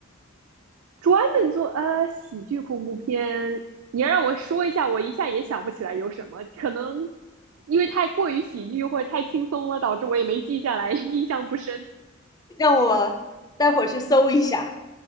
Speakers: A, on the right; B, on the left.
A: 专门做呃喜剧恐怖片，你要让我说一下，我一下也想不起来有什么。可能因为太过于喜剧或者太轻松了，导致我也没记下来，印象不深。
B: 让我待会儿去搜一下。